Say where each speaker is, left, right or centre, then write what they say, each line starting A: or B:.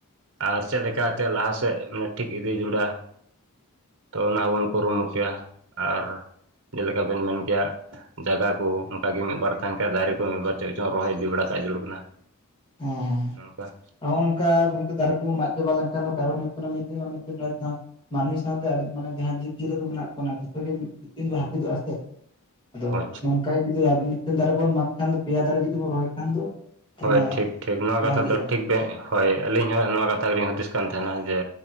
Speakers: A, on the right (about 55°); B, on the left (about 20°).
A: ᱟᱨ ᱪᱮᱫ ᱞᱮᱠᱟ ᱛᱮ ᱞᱟᱦᱟ ᱥᱮᱫ ᱢᱤᱫ ᱴᱷᱤᱠ ᱤᱫᱤ ᱡᱩᱲᱟ ᱛᱚ ᱚᱱᱟ ᱦᱚᱸᱵᱚᱱ ᱠᱩᱨᱩᱢᱩᱴᱩᱭᱟ ᱾ ᱟᱨ ᱡᱮᱞᱮᱠᱟ ᱵᱤᱱ ᱢᱮᱱ ᱠᱮᱭᱟ ᱡᱟᱜᱟ ᱠᱚ ᱚᱱᱠᱟ ᱜᱮ ᱢᱤᱫ ᱵᱟᱨ ᱛᱟᱦᱮᱱ ᱠᱷᱟᱱ ᱫᱟᱨᱮ ᱠᱚ ᱢᱤᱫ ᱵᱟᱨ ᱪᱮᱫ ᱪᱚᱝ ᱨᱚᱦᱚᱭ ᱤᱫᱤ ᱵᱟᱲᱟ ᱠᱟᱜ ᱡᱟᱹᱨᱩᱲ ᱠᱟᱱᱟ ᱾
B: ᱦᱮᱸ ᱦᱮᱸ ᱾
A: ᱱᱚᱜᱼᱱᱚᱝᱠᱟ ᱾
B: ᱱᱚᱜᱼᱚᱸ ᱱᱚᱝᱠᱟ ᱜᱚᱝᱠᱮ ᱫᱟᱨᱮ ᱠᱚ ᱵᱚ ᱢᱟᱜ ᱪᱟᱵᱟ ᱞᱮᱱᱠᱷᱟᱱ ᱫᱚ ᱠᱟᱨᱚᱱ ᱦᱩᱭᱩᱜ ᱠᱟᱱᱟ, ᱢᱤᱫ ᱫᱤᱱ ᱟᱨ ᱢᱤᱫ ᱫᱤᱱ ᱨᱮ ᱡᱟᱦᱟᱸ ᱢᱟᱱᱢᱤ ᱥᱟᱶᱛᱮ ᱟᱰᱤᱡ ᱢᱟᱱᱮ ᱡᱟᱦᱟᱸ ᱡᱤᱵᱽᱼᱡᱤᱭᱟᱹᱞᱤ ᱠᱚ ᱢᱮᱱᱟᱜ ᱵᱚᱱᱟ ᱡᱚᱛᱚ ᱜᱮ ᱢᱤᱫ ᱫᱤᱱ ᱫᱚ ᱦᱟᱹᱯᱤᱫᱚᱜᱼᱟ ᱥᱮ ᱾ ᱟᱫᱚ
A: ᱟᱪᱪᱷᱟ
B: ᱱᱚᱝᱠᱟ ᱜᱮ ᱡᱩᱫᱤ ᱢᱤᱫᱴᱮᱱ ᱫᱟᱨᱮ ᱵᱚᱱ ᱢᱟᱜᱽ ᱠᱷᱟᱱ ᱫᱚ, ᱯᱮᱭᱟ ᱫᱟᱨᱮ ᱡᱩᱫᱤ ᱵᱚ ᱨᱚᱦᱚᱭ ᱠᱷᱟᱱ ᱫᱚ ᱛᱟᱦᱚᱞᱮ
A: ᱦᱚᱭ ᱴᱷᱤᱠ ᱴᱷᱤᱠ ᱱᱚᱣᱟ ᱠᱟᱛᱷᱟ
B: ᱵᱷᱟᱜᱤᱜᱼᱟ
A: ᱫᱚ
B: ᱦᱮᱸ
A: ᱴᱷᱤᱠ ᱵᱮᱸᱜ ᱦᱚᱭ ᱟᱹᱞᱤᱧ ᱦᱚᱸ ᱱᱚᱣᱟ ᱠᱟᱛᱷᱟ ᱜᱮᱞᱤᱧ ᱦᱩᱫᱤᱥ ᱠᱟᱱ ᱛᱟᱦᱮᱱᱟ, ᱡᱮ